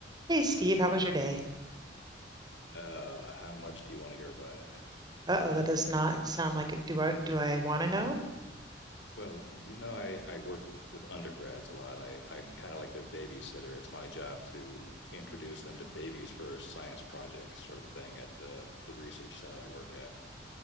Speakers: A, on the right; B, on the left.
A: Hey Steve, how was your day?
B: uh, how much do you want to hear about it?
A: Uh-oh, that does not sound like it. Do I do I want to know?
B: Well, you know, I, I work with undergrads a lot. I, I'm kind of like their babysitter. It's my job to introduce them to babies for a science project sort of a thing at the, the research center I work at.